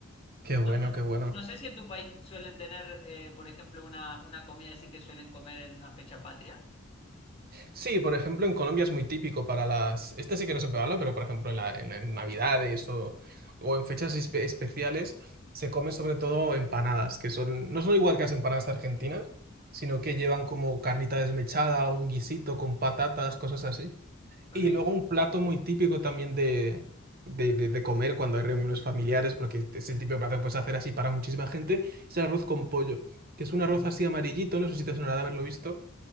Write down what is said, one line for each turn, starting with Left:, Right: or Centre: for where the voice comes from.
Right: qué bueno,
Left: No, no,
Right: qué bueno.
Left: no sé si en tu país suelen tener, eh, por ejemplo, una, una comida así que suelen comer en una fecha patria.
Right: Sí, por ejemplo, en Colombia es muy típico para las... Este sí que no se puede hablar, pero por ejemplo en, la- en- en Navidades o, o en fechas espe- especiales se comen sobre todo empanadas, que son no son igual que las empanadas argentinas, sino que llevan como carnita desmechada, un guisito con patatas, cosas así.
Left: Qué
Right: Y
Left: rico.
Right: luego un plato muy típico también de, de, de- de comer cuando hay reuniones familiares, porque es el típico plato que puedes hacer así para muchísima gente, es el arroz con pollo, que es un arroz
Left: Uh,
Right: así amarillito, no sé si te sonará de haberlo visto